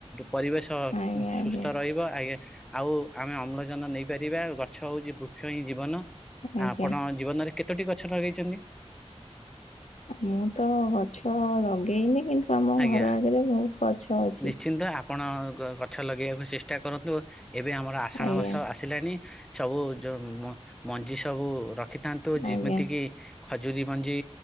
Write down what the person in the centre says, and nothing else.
ପରିବେଶ
ସୁସ୍ଥ ରହିବ ଆ ଗେ ଆଉ ଆମେ ଅମ୍ଳଜାନ ନେଇପାରିବା ଗଛ ହଉଛି ବୃକ୍ଷ ହିଁ ଜୀବନ
ଆପଣ
ଜୀବନରେ କେତୋଟି ଗଛ ଲଗେଇଛନ୍ତି?
ଆଜ୍ଞା
ନିଶ୍ଚିନ୍ତ ଆପଣଗ ଗଛ ଲଗେଇବାକୁ ଚେଷ୍ଟା କରନ୍ତୁ ଏବେ ଆମର ଆଷାଢ଼
ମାସ ଆସିଲାଣି ସବୁ ଯୋଉ ମଞ୍ଜି ସବୁ ରଖିଥାନ୍ତୁ ଯେମିତି
କିି ଖଜୁରୀ ମଞ୍ଜି